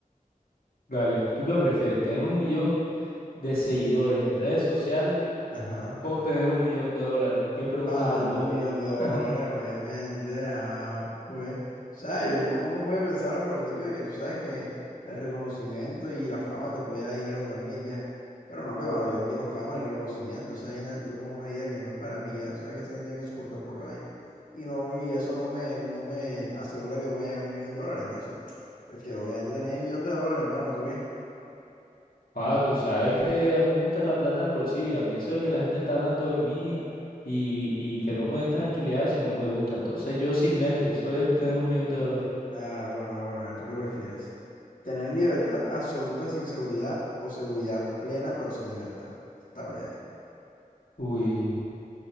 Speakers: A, on the left; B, on the left.
A: Dale, ¿tú qué prefieres? ¿Tener un millón de seguidores en redes sociales
B: Ajá.
A: o tener un millón de dólares? Qué pregunta
B: Mano,
A: tan boba.
B: un millón de dólares,
A: <laughs>
B: obviamente. Ah, pues, o sea, y uno, uno puede pensar por el hecho de que tú sabes que el reconocimiento y la fama te puede dar dinero también, ya. Pero no, hermano, yo no quiero fama ni reconocimiento. Esa vaina creo que es una idea que no es para mí, ya. Tú sabes que esto no tiene que soportar un poco de vaina. Y, no, y eso no me, no me asegura que yo me vaya a ganar un millón de dólares. Entonces, <tsk> prefiero obviamente tener un millón de dólares, hermano, ¿tú qué?
A: Ah, tú sabes que a mí me gusta la plata en el bolsillo. A mí eso de que la gente está hablando de mí y, y que no me den tranquilidad, eso no me gusta. Entonces yo sin mente, eso es tener un millón de dólares.
B: ah romano bueno, a ver, ¿tú qué prefieres? ¿Tener libertad absoluta sin seguridad o seguridad plena pero sin libertad? Está breve.
A: Uy,